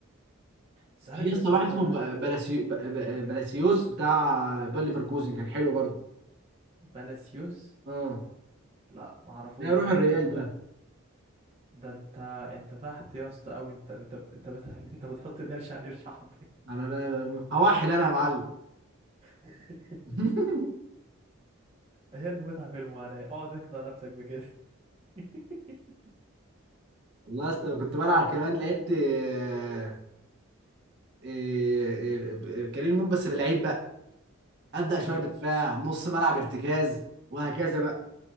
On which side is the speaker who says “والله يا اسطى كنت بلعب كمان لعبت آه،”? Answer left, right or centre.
Right